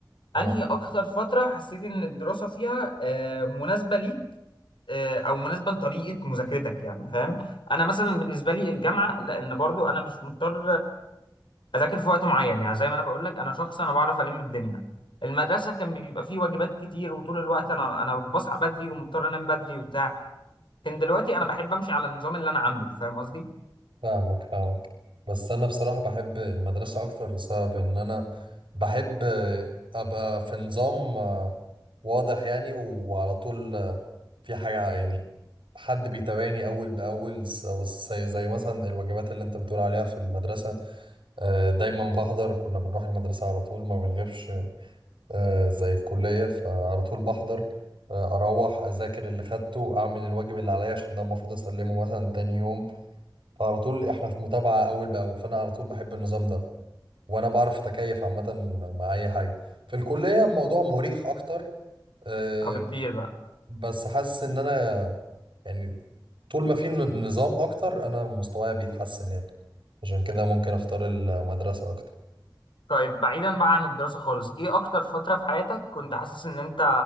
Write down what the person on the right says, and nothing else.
يعني
فاهمك فاهمك بس انا بصراحة بحب المدرسة اكتر لسبب ان انا بحب ابقى في نظام آه، واضح يعني وعلى طول آه، في حاجة يعني حد بيتابعني اول باول س- زي زي مثلا الوجبات اللي انت بتقول عليها في المدرسة آه، دايما بحضر وكنا بنروح المدرسة على طول ما بنغيبش آه، زي الكلية فعلى طول بحضر آه، اروح اذاكر اللي خدته اعمل الواجب اللي عليا عشان ده المفروض اسلمه مثلا تاني يوم فعلى طول احنا في متابعة أول بأول فأنا على طول بحب النظام ده وأنا بعرف أتكيف عامة مع أي حاجة في الكلية الموضوع مريح أكتر أه
بس حاسس إن أنا يعني طول ما في ن- نظام أكتر أنا مستواي بيتحسن يعني عشان كده ممكن أختار المدرسة أكتر